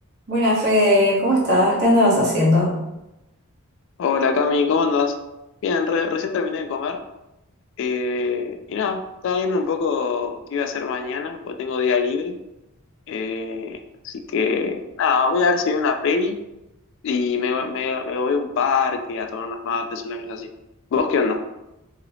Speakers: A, on the right; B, on the left.
A: Buenas, Fede, ¿cómo estás? ¿Qué andabas haciendo?
B: Hola Cami, ¿cómo andas? Bien, re- recién terminé de comer eh, y nada, estaba viendo un poco qué iba a hacer mañana, porque tengo día libre. eh, así que nada, voy a ver si veo una peli y me, me- me voy a un parque a tomar unas mates, una cosa así. ¿Vos qué onda?